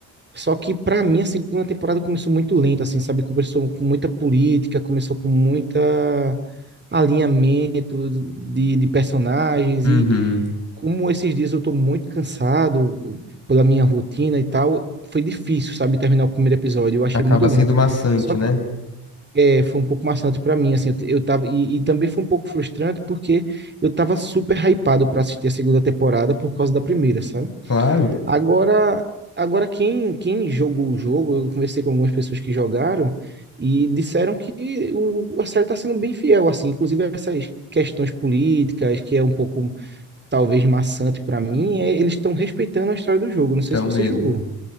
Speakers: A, on the right (about 25°); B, on the left (about 35°).
A: Só que para mim a segunda temporada começou muito lenta, assim, sabe? Começou com muita política, começou com muita alinhamento de, de personagens
B: Uhum.
A: e como esses dias eu tô muito cansado pela minha rotina e tal, foi difícil, sabe, terminar o primeiro episódio. Eu achei
B: Acaba
A: muito
B: sendo
A: lento.
B: maçante,
A: Só que
B: né?
A: é, foi um pouco maçante para mim, assim, eu, t- eu tava e, e também foi um pouco frustrante porque eu tava super hypado para assistir a segunda temporada por causa da primeira, sabe?
B: Claro,
A: Agora, agora quem, quem jogou o jogo, eu conversei com algumas pessoas que jogaram e disseram que o, a série está sendo bem fiel, assim, inclusive essas questões políticas, que é um pouco talvez maçante para mim, é- eles estão respeitando a história do jogo. Não sei
B: então
A: se você
B: mesmo.
A: jogou.